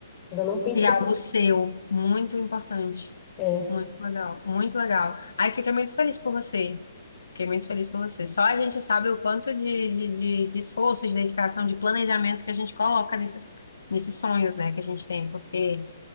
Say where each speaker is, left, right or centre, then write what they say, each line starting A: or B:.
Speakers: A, on the left; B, on the left.
A: ainda não pensei,
B: E é algo seu, muito importante.
A: é,
B: Muito legal, muito legal. Aí fiquei muito feliz por você. Fiquei muito feliz por você. Só a gente sabe o quanto de, de, de, de esforço, de dedicação, de planejamento que a gente coloca nesses, nesses sonhos, né, que a gente tem. Porque